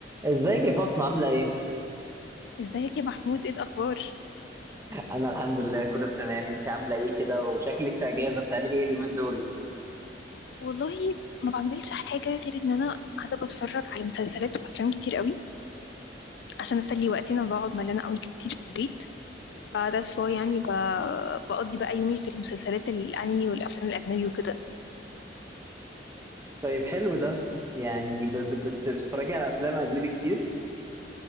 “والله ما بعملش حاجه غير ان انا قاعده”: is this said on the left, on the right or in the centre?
Left